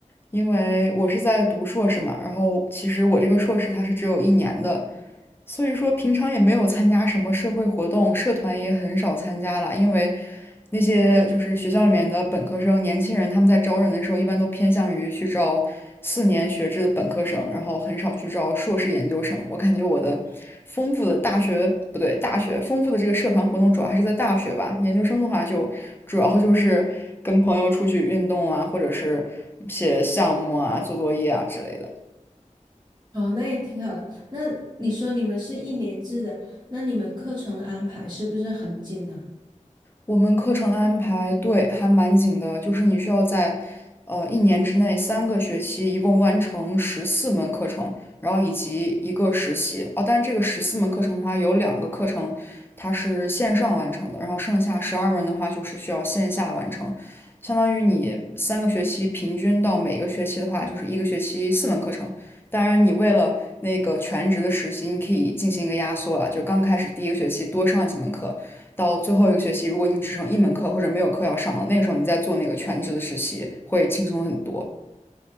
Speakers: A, on the left (about 15°); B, on the right (about 30°).
A: 因为我是在读硕士嘛，然后其实我这个硕士它是只有一年的，所以说，平常也没有参加什么社会活动，社团也很少参加了，因为那些就是学校里面的本科生、年轻人，他们在招人的时候，一般都偏向于去招四年学制的本科生，然后很少去招硕士研究生。我感觉我的丰富的大学，不对，大学丰富的这个社团活动主要还是在大学吧，研究生的话就主要就是跟朋友出去运动啊，或者是写项目啊、做作业啊之类的。
B: 哦，那也挺好的。那你说你们是一年制的，那你们课程的安排是不是很紧呢？
A: 我们课程安排对还蛮紧的，就是你需要在呃一年之内三个学期一共完成十四门课程，然后以及一个实习啊。但是这个十四门课程的话，有两个课程它是线上完成的，然后剩下十二门的话就是需要线下完成。相当于你三个学期平均到每一个学期的话，就是一个学期四门课程。当然，你为了那个全职的实习，你可以进行一个压缩了，就刚开始第一个学期多上几门课。到最后一个学期，如果你只剩一门课或者没有课要上了，那个时候你再做那个全职的实习会轻松很多。